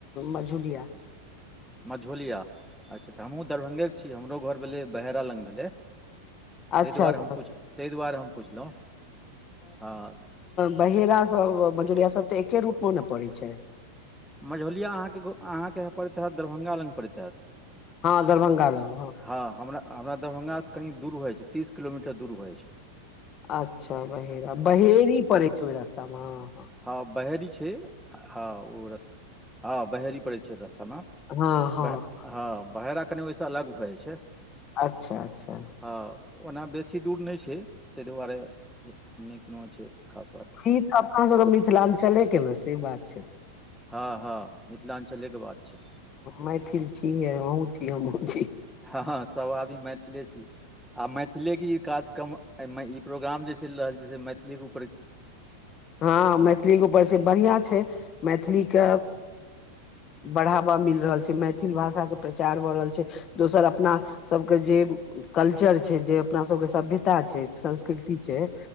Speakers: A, on the left; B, in the centre.
A: मझौलिया।
B: मझुलिया अच्छा, तऽ हमहूँ दरभंगेके छी, हमरो घर भेलै बहेरा लग भेलै।
A: अच्छा
B: तैँ दुआरे
A: अच्छा
B: हम पुछ, तैँ दुआरे हम पुछलौ हँ।
A: बहेरा सऽ मजुरिया सभ तऽ एके रूट मे न पड़ै छै।
B: मझौलिया अहाँके अहाँके परैत हैत दरभंगा लग पड़ैत हैत।
A: हँ दरभंगा लग
B: हँ हमरा हमरा दरभंगासँ कनि दूर होइ छै। तीस किलोमीटर दूर भऽ जाय छैय।
A: अच्छा बहेरा बहेरी पड़े छै। ओहि रास्तामे हँ हँ
B: हँ बहेरी छै। हँ ओ रस्ता हँ बहेरी पड़ै छै। रस्तामे
A: हँ हँ
B: बह हँ बहेरा कनि ओहिसँ अलग भऽ जाइ छै।
A: अच्छा अच्छा
B: हँ ओना बेसी दूर नहि छै। तैय दुआरे नहि कोनो छै। खास बात
A: ई तऽ अपना सभके मिथिलांचलके ने बात छियै।
B: हँ हँ मिथिलांचले के बात छैय।
A: मैथिल छीहे आहो छी, हमहुँ छी।
B: हँ हँ सभ आदमी मैथिले छी। आ मैथिलेके ई कार्यक्रम एहिमे ई प्रोग्राम जे चलि रहल छै, से मैथिलीके ऊपर।
A: हँ मैथिली ऊपरसँ बढ़िआँ छै। मैथिलीके बढ़ावा मिल रहल छै, मैथिल भाषाके प्रचार भऽ रहल छै दोसर अपना। सभके जे कल्चर छै, जे अपना सभके सभ्यता छै, संस्कृति छै।